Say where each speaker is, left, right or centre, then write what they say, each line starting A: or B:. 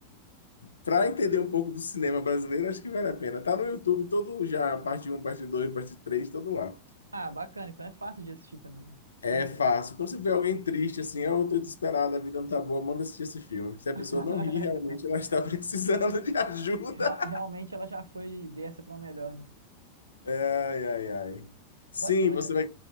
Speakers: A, on the left; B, on the right.
A: para entender um pouco do cinema brasileiro, acho que vale a pena. Tá no YouTube todo já, parte um, parte 2, parte 3, todo lá.
B: Ah, bacana. Então é fácil de assistir também. né?
A: É
B: Tranquilo.
A: fácil. Quando você vê alguém triste, assim, oh, eu tô desesperado, a vida não tá boa, manda assistir esse filme. Se a
B: <laughs>
A: pessoa não ri, realmente ela está <laughs> precisando de ajuda.
B: Real- Realmente ela já foi dessa pra uma melhor, né?
A: Ai, ai, ai. Sim,
B: Bacana,
A: você
B: cara.
A: vai,